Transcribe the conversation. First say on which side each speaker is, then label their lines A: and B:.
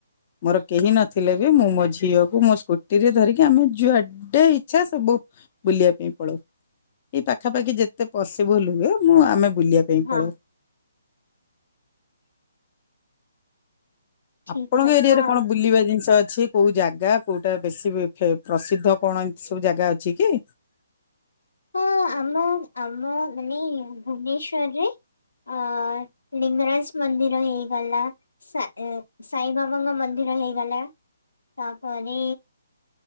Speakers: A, on the left; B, on the left.
A: ମୋର କେହି ନଥିଲେ ବି, ମୁଁ ମୋ ଝିଅକୁ ମୋ ସ୍କୁଟି ରେ ଧରିକି ମୁଁ ଯୁଆ ଯୁଡେ ଇଚ୍ଛା ସବୁ ବୁଲିବା ପାଇଁ ପଳଉ ଏଇ ପାଖାପାଖି ଯେତେ ପସିବୁଲୁ ହୁଏ ମୁଁ ଆମେ ବୁଲିବା ପାଇଁ
B: ହଁ
A: ପଳଉ।
B: ଠିକ
A: ଆପଣଙ୍କ
B: କଥା
A: ଏରିଆରେ
B: ଆଉ।
A: କଣ ବୁଲିବା ଜିନିଷ ଅଛି? କୋଉ ଜାଗା, କୋଉଟା ବେଶୀ ପ୍ରସିଦ୍ଧ କଣ ଏମତି ସବୁ ଜାଗା ଅଛି କି?
B: ହଁ ଆମ ଆମ ମାନେ ଭୁବନେଶ୍ୱରରେ। ଅ ଲିଙ୍ଗରାଜ ମନ୍ଦିର ହେଇଗଲା। ସା ଏ ସାଇବାବାଙ୍କ ମନ୍ଦିର ହେଇଗଲା ତାପରେ